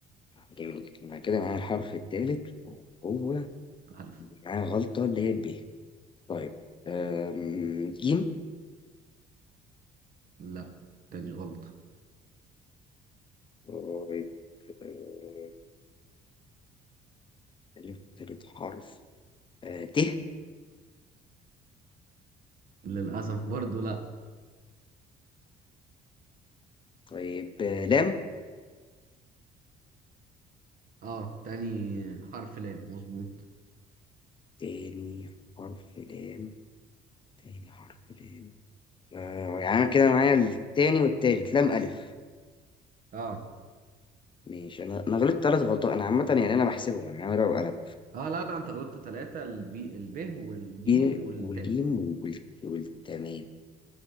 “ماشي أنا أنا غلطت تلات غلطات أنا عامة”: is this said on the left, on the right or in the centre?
Left